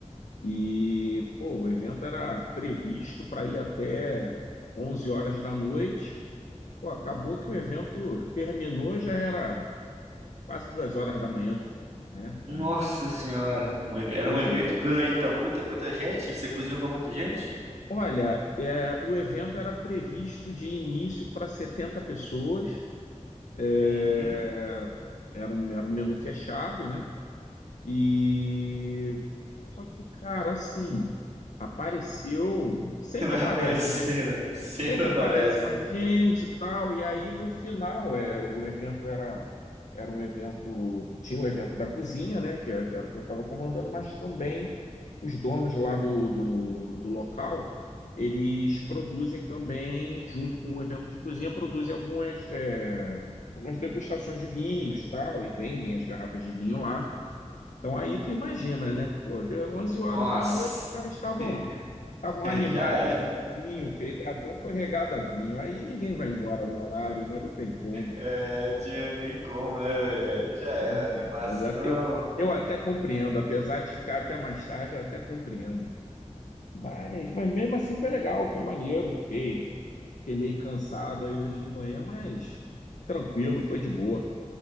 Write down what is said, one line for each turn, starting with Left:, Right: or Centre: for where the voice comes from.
Left: E, pô, o evento era previsto para ir até 11 horas da noite. Pô, acabou que o evento terminou, já era quase duas horas da manhã, né?
Right: nossa
Left: Aí,
Right: senhora, um ev- era
Left: Pois
Right: um evento
Left: é.
Right: grande, tá muita, muita gente, você cozinhou pra muita gente?
Left: olha, é, o evento era previsto de início para 70 pessoas. É,
Right: Uhum.
Left: era um, era um menu fechado, né? E só que, cara, assim, apareceu,
Right: <laughs>
Left: sempre
Right: Vai
Left: aparece,
Right: aparecendo,
Left: né?
Right: sempre
Left: Sempre
Right: aparece.
Left: aparece mais gente e tal, e aí no final é, o evento era, era um evento, tinha o evento da cozinha, né, que, é- que era o que eu estava comandando, mas também os donos lá do, do, do local, eles produzem também, junto com o evento de cozinha, produzem algumas, é, algumas degustações de vinhos tal, e vendem as garrafas de vinho lá. Então aí tu imagina, né? Pô, deu 11 horas
Right: Nossa,
Left: da noite, os caras estavam
Right: <laughs>
Left: estavam animados
Right: já é.
Left: no vinho, feriadão foi regado a vinho. Aí ninguém vai embora no horário, né? Não tem como,
Right: É, tinha nem como, né, velho? Aí
Left: pô,
Right: já era
Left: não tem
Right: animação.
Left: como. Eu, até- eu, eu até compreendo, apesar de ficar até mais tarde, eu até compreendo, cara. Mas, mas mesmo assim foi legal, foi maneiro. Fiquei, fiquei meio cansado aí hoje de manhã, mas tranquilo, foi de boa.